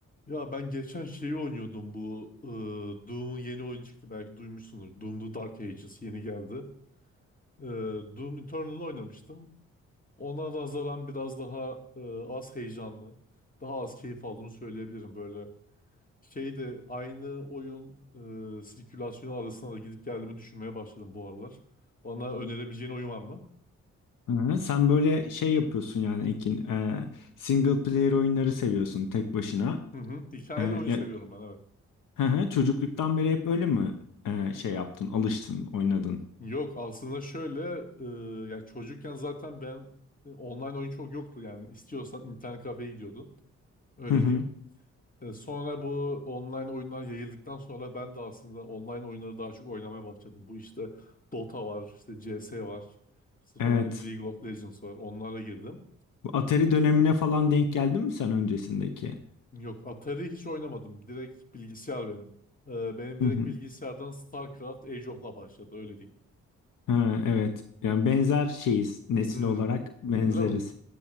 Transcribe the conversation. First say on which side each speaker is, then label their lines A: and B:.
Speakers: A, on the left; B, on the left.
A: Ya ben geçen şeyi oynuyordum bu e, Doom'un yeni oyun çıktı belki duymuşsunuz. Doom The Dark Ages yeni geldi. E, Doom Eternal oynamıştım. Ona nazaran biraz daha e, az heyecanlı, daha az keyif aldığımı söyleyebilirim. Böyle şey de aynı oyun e, sirkülasyonu arasında da gidip geldiğimi düşünmeye başladım bu aralar. Bana önerebileceğin oyun var mı?
B: Hı, Sen böyle şey yapıyorsun yani Ekin, e, single player oyunları seviyorsun tek başına.
A: Hı hı. Hikayeli
B: E,
A: oyun
B: ya,
A: seviyorum ben evet.
B: hı hı, çocukluktan beri hep öyle mi e, şey yaptın, alıştın, oynadın?
A: Yok aslında şöyle e, ya çocukken zaten ben e, online oyun çok yoktu yani istiyorsan internet kafeye gidiyordun öyle
B: Hı hı,
A: diyeyim. E, sonra bu online oyunlar yayıldıktan sonra ben de aslında online oyunları daha çok oynamaya başladım. Bu işte Dota var, işte CS var, işte sonra
B: evet.
A: League of Legends var onlara girdim.
B: Bu Atari dönemine falan denk geldin mi sen öncesindeki?
A: Yok Atari hiç oynamadım direkt bilgisayar benim. E, benim
B: Hı
A: direkt
B: hı.
A: bilgisayardan StarCraft Age of'la başladı öyle diyeyim.
B: Ha, evet. Yani benzer şeyiz nesil
A: Hmm,
B: olarak benzeriz.
A: öyle mi?